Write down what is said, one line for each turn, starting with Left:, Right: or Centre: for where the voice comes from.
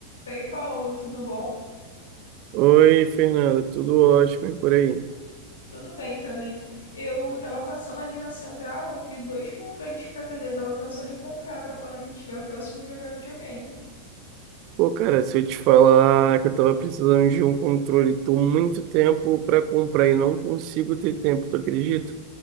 Left: Oi, Paulo, tudo bom?
Right: Oi, Fernanda, tudo ótimo e por aí?
Left: Tudo bem também. Eu tava passando ali na central, eu vi dois controles pra vender. Eu tava pensando em comprar pra quando a gente estiver próximo jogar videogame.
Right: Pô, cara, se eu te falar que eu tava precisando de um controle, tô muito tempo pra comprar e não consigo ter tempo, tu acredita?